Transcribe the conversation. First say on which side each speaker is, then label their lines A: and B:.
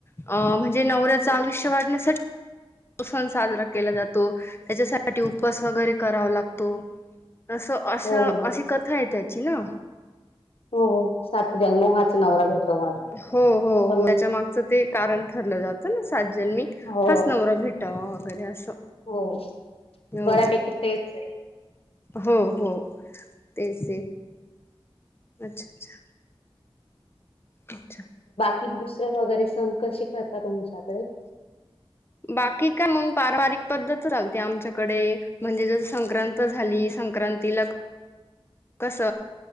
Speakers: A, on the left; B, on the left.
A: अ म्हणजे नवऱ्याचं
B: हो.
A: आयुष्य वाढण्यासाठी सण साजरा केला जातो त्याच्यासाठी साठी उपस वगैरे करावा लागतो असं अशा
B: हो हो.
A: अशी कथा येत च ना
B: हो सात जनमहाचा नवरा भेटव मला
A: हो हो
B: तर
A: हो
B: पण
A: त्याच्या मागचं ते कारण ठरलं जातं ना सातजन मी
B: हो
A: हाच नवरा भेटावा उपरास
B: हो
A: हो
B: बऱ्यापैकी तेच आहे.
A: हो हो तेच अच्छा अच्छा अच्छा
B: कि दुसरे वगैरे सण कसे करता तोमच्याकडे
A: बाकी काय मग पारंपरिक पद्धत चालते आमच्याकडे म्हणजे जस संक्रां झाली संक्रांतीला कस